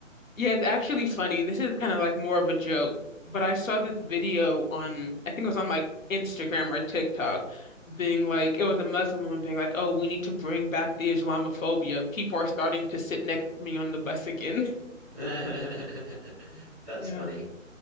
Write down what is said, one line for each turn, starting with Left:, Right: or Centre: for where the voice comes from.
Left: Yeah, it's actually funny. This is kind of like more of a joke, but I saw this video on, I think it was on like Instagram or TikTok, being like, it was a Muslim woman being like, oh, we need to bring back the Islamophobia. People are starting to sit next to me on the bus again.
Centre: <laughs> That's
Left: Yeah.
Centre: funny.